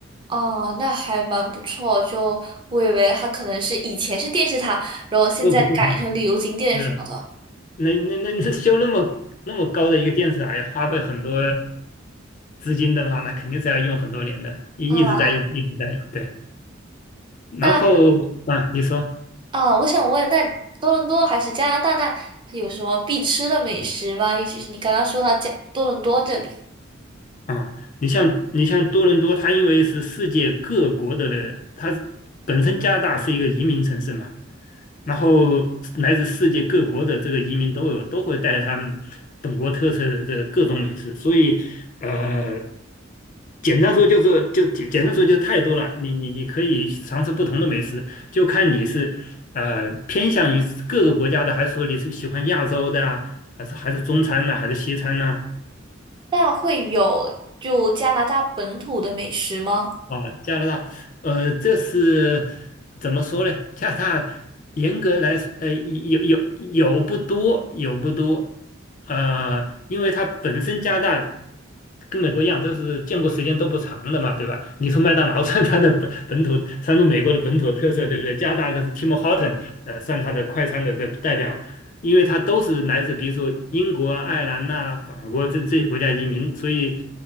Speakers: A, on the right; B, on the left.
A: 哦，那还蛮不错。就我以为它可能是以前是电视塔，然后现在改成旅游景点什么的
B: 不不不。是，那那那那修那么那么高的一个电视塔要花费很多资金的话，那肯定是要用很多年的，一一直在用，
A: 啊。
B: 一直在用。对，然后啊，
A: 那
B: 你说
A: 啊，我想问，那多伦多还是加拿大，那有什么必吃的美食吗？尤其是你刚刚说到加多伦多这里，
B: 啊，你像你像多伦多，它因为是世界各国的，它本身加拿大是一个移民城市嘛，然后来自世界各国的这个移民都有，都会带着他们本国特色的这个各种美食，所以呃，简单说就是就简简单说就太多了，你你你可以尝试不同的美食，就看你是呃偏向于各个国家的，还是说你是喜欢亚洲的啊，还是还是中餐呢、还是西餐呢、
A: 那会有就加拿大本土的美食吗？
B: 啊，加拿大，呃，这是怎么说呢？加拿大严格来说，呃，有有有不多，有不多，呃，因为它本身加拿大跟美国一样，都是建国时间都不长的嘛，对吧？你说麦当劳 <laughs> 算它的本本土，算是美国的本土特色，对不对？加拿大的是 Tim Horton，呃，算它的快餐的这代表因为他都是来自比如说英国啊、爱尔兰呐、法国这这些国家移民，所以